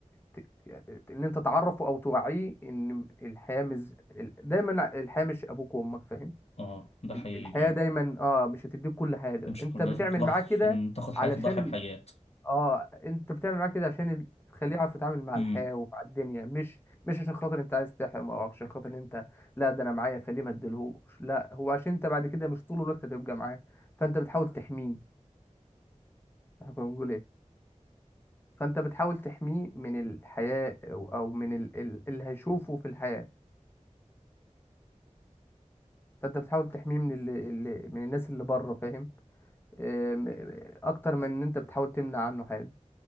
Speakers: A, on the left; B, on the left.
A: ت- يعني ان انت تعرفه او توعيه ان الحياه مش ال- دايما الحياه مش ابوك وامك فاهم
B: اه ده حقيقي
A: الحياه
B: اه
A: دايما اه مش هتديك كل حاجه
B: مش
A: انت
B: كلها
A: بتعمل
B: ضحى
A: معاه كده
B: عشان تاخد حياة
A: علشان
B: تضحي بحياة
A: اه انت بتعمل معاه كده عشان ال- تخليه يعرف يتعامل مع الحياة
B: امم
A: ومع الدنيا مش مش عشان خاطر انت عايز تحرم او عشان خاطر إن انت لا ده انا معايا فليه ما اديلهوش لا هو عشان انت بعد كده مش طول الوقت هتبقى معاه فانت بتحاول تحميه احنا كنا بنقول ايه فانت بتحاول تحميه من الحياة او, أو من ال... ال... اللي هيشوفه في الحياة فانت بتحاول تحميه من ال... ال... من الناس اللي بره فاهم آم، اكتر من ان انت بتحاول تمنع عنه حاجة